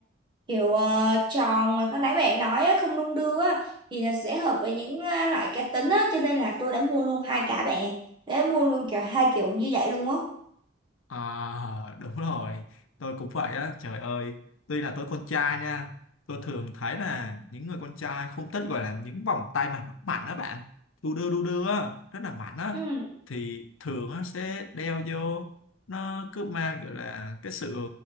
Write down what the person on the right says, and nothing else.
kiểu ờ, tròn mà cái nãy bạn nói á, không đung đưa á thì là sẽ hợp với những ờ, loại cá tính á cho nên là tôi đã mua luôn hai cả bạn ạ. đã mua luôn kiểu hai kiểu như vậy luôn á
Ừ.